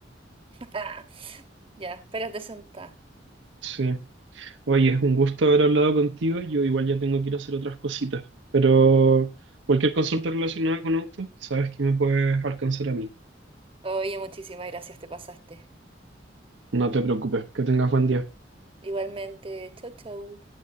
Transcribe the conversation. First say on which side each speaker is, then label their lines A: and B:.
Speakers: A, on the right (about 30°); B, on the right (about 75°).
A: <laughs> Ya, espérate sentada.
B: Sí. Oye, es un gusto haber hablado contigo. Yo igual ya tengo que ir a hacer otras cositas. Pero cualquier consulta relacionada con auto, sabes que me puedes alcanzar a mí.
A: Oye, muchísimas gracias, te pasaste.
B: No te preocupes. Que tengas buen día.
A: Igualmente, chau, chau.